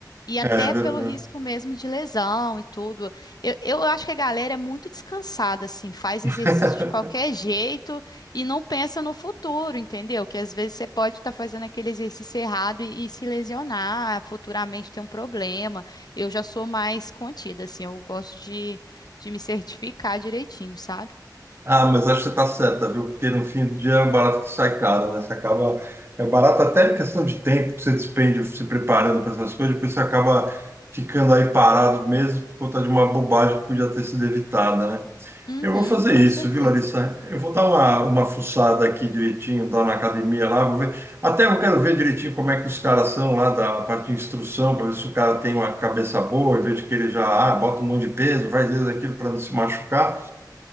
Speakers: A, on the left; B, on the right.
A: E até
B: É, verdade.
A: pelo risco mesmo de lesão e tudo. Eu, eu acho que a galera é muito descansada, assim, faz
B: <laughs>
A: exercício de qualquer jeito e não pensa no futuro, entendeu? Que às vezes você pode estar fazendo aquele exercício errado e, e se lesionar, futuramente ter um problema. Eu já sou mais contida, assim, eu gosto de, de me certificar direitinho, sabe?
B: Ah, mas acho que você está certa, viu? Porque no fim do dia é um barato que sai caro, né? Você acaba. É barato até em questão de tempo que você despende se preparando para essas coisas, depois você acaba ficando aí parado mesmo por conta de uma bobagem que podia ter sido evitada, né?
A: Uhum,
B: Eu vou fazer
A: com
B: isso,
A: certeza.
B: viu, Larissa? Eu vou dar uma, uma fuçada aqui direitinho, dar na academia lá, vou ver. Até eu quero ver direitinho como é que os caras são lá da parte de instrução, para ver se o cara tem uma cabeça boa, em vez de querer já, ah, bota um monte de peso, faz isso, aquilo para não se machucar.